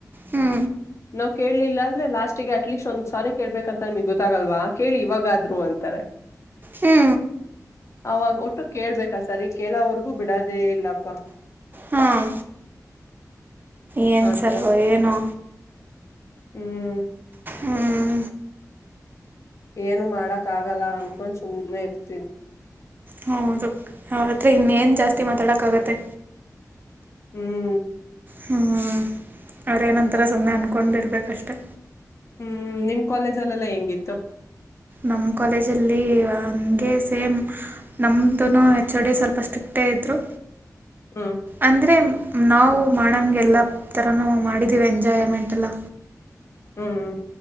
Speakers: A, on the right; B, on the left.
A: ಹ್ಞೂ
B: <inaudible> ನಾವ್ ಕೇಲಿಲ್ಲ ಅಂದ್ರೆ ಲಾಸ್ಟ್ ಗೆ ಅಟ್ಲೀಸ್ಟ್ ಒಂದ್ ಸಾರಿ ಕೇಳ್ಬೇಕ ಅಂತ ನಿಮ್ಗ್ ಗೊತ್ತಾಗಲ್ವಾ ಕೇಳಿ ಇವಾಗಾದ್ರು ಅಂತಾರೆ
A: ಹ್ಞೂ
B: ಅವಾಗ ಒಟ್ಟು ಕೇಳ್ಬೇಕಾ ಸರ್ ಈಗ ಕೇಳೋವರ್ಗೂ ಬಿಡದೇ ಇಲ್ಲಪ್ಪ
A: ಹಾಂ ಏನು
B: ಆತರ
A: ಸರ್ ಏನೋ
B: ಹ್ಮ್
A: ಹ್ಮ್.
B: ಏನು ಮಾಡಕ್ ಆಗಲ್ಲ ಅನ್ಕೊಂಡ್ ಸುಮ್ನೆ ಇರ್ತೀನಿ.
A: ಹೌದು. ಅವತ್ತೇ ಇನ್ನೇನ ಜಾಸ್ತಿ ಮಾತಾಡಕ್ಕಾಗತ್ತೆ.
B: ಹ್ಮ್.
A: ಹ್ಞ ಅವ್ರ ಏನಂತಾರೆ ಸುಮ್ಮನೆ ಅಂದ್ಕೊಂಡ ಇರಬೇಕು ಅಷ್ಟೇ.
B: ಹ್ಮ್ ನಿಮ್ಮ ಕಾಲೇಜಲ್ಲೆಲ್ಲಾ ಹೆಂಗಿತ್ತು.
A: ನಮ್ಮ ಕಾಲೇಜಲ್ಲಿ ಹಂಗೆ ಸೇಮ. ನಮ್ದುನು ಹೆಚ್ ಓ ಡಿ ಸ್ವಲ್ಪ ಸ್ಟ್ರಿಕ್ಟೇ ಇದ್ರು.
B: ಹ್ಮ್.
A: ಅಂದ್ರೆ ನಾವು ಮಾಡಂಗೆಲ್ಲ ಎಲ್ಲ ಥರನಾವು ಮಾಡಿದ್ದೀವಿ ಎಂಜಾಯ್ಮೆಂಟ್ ಎಲ್ಲ.
B: ಹ್ಮ್